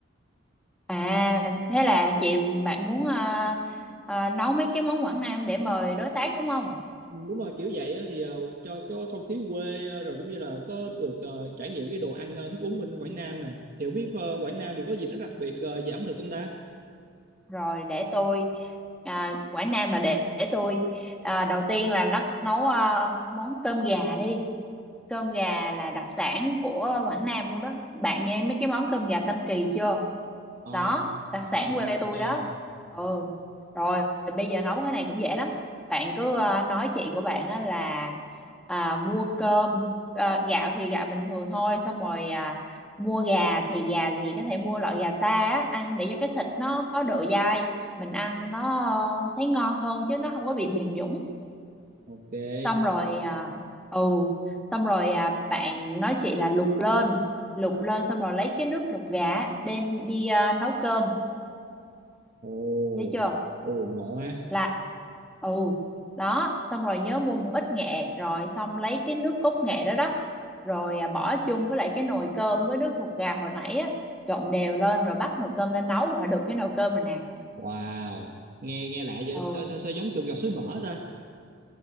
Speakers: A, in the centre; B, on the right (about 45°).
A: À, thế là chị bạn muốn ờ, ờ, nấu mấy cái món Quảng Nam để mời đối tác đúng không?
B: Ừ, đúng rồi kiểu vậy á, thì ờ, cho có không khí quê ờ, rồi cũng như là có được ờ, trải nghiệm cái đồ ăn ờ, thức uống bên Quảng Nam nè. Thì không biết ờ, Quảng Nam thì có gì nó đặc biệt ờ, về ẩm thực không ta?
A: Rồi để tôi à, Quảng Nam là để, để tôi à, đầu tiên là nó nấu ờ, món cơm gà đi. Cơm gà là đặc sản của Quảng Nam luôn đó. Bạn nghe mấy cái món cơm gà Tam Kỳ chưa?
B: Ờ,
A: đó đặc
B: ờ,
A: sản quê
B: ok
A: tôi
B: nè,
A: đó ừ rồi bây giờ nấu cái này cũng dễ lắm bạn cứ ờ, nói chị của bạn á là à, mua cơm ờ, gạo thì gạo bình thường thôi xong rồi à, mua gà thì gà thì có thể mua loại gà ta á ăn để cho cái thịt nó có độ dai mình ăn nó ờ, thấy ngon hơn chứ nó không có bị mềm nhũn
B: ok.
A: xong rồi à, ừ xong rồi à, bạn nói chị là luộc lên luộc lên xong rồi lấy cái nước luộc gà á, đem đi à, nấu cơm
B: Ồ,
A: nhớ chưa
B: ồ ngộ ha.
A: là ừ đó xong rồi nhớ mua một ít nghệ rồi xong lấy cái nước cốt nghệ đó đó rồi à, bỏ chung với lại cái nồi cơm với nước luộc gà hồi nãy á trộn đều lên rồi bắt nồi cơm lên nấu là được cái nồi cơm rồi nè
B: Wow, nghe nghe lạ vậy,
A: ừ
B: sao sao sao giống kiểu gà suối mỡ ta?